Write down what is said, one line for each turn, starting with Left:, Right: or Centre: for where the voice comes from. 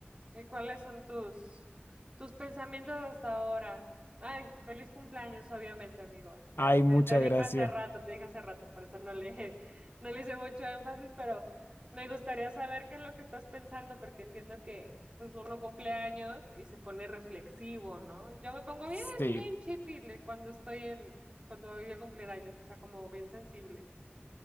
Right: ¿Y cuáles son tus, tus pensamientos hasta ahora? Ay, feliz cumpleaños, obviamente, amigo. Ya
Left: Ay,
Right: te,
Left: muchas
Right: te dije
Left: gracias.
Right: hace rato, te dije hace rato, por eso no le, <laughs> no le hice mucho énfasis, pero me gustaría saber qué es lo que estás pensando, porque entiendo que pues uno cumple años y se pone reflexivo, ¿no? Yo me pongo bien,
Left: Sí,
Right: bien chipile cuando estoy en, cuando voy a cumplir años, o sea, como bien sensible.